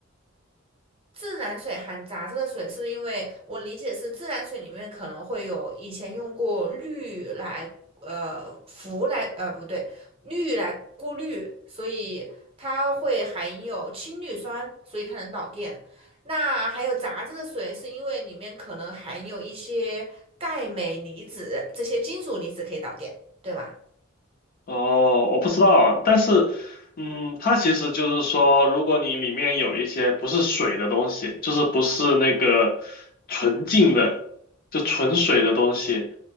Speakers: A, on the right; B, on the left.
A: 自然水含杂质的水，是因为我理解是自然水里面可能会有以前用过氯来呃氟来呃不对氯来过滤，所以它会含有氢氯酸，所以它能导电。那还有杂质的水，是因为里面可能含有一些钙镁离子，这些金属离子可以导电，对吧？
B: 哦，我不知道，但是，嗯，它其实就是说，如果你里面有一些不是水的东西，就是不是那个纯净的，就纯水的东西，